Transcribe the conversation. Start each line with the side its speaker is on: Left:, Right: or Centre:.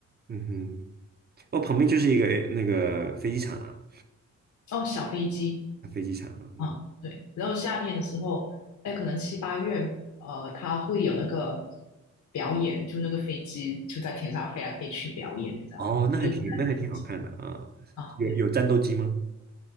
Right: 嗯哼，哦，旁边就是一个诶那个飞机场啊，
Left: 哦，小飞机。
Right: 飞机场啊嗯，
Left: 啊，对，然后夏天的时候，哎，可能七八月，呃，它会有那个表演，就那个飞机就在天上飞来飞去表演，这样，
Right: 哦，那还挺那还挺好看的啊，
Left: 就是在那附机啊，
Right: 有有战斗机吗？
Left: 对，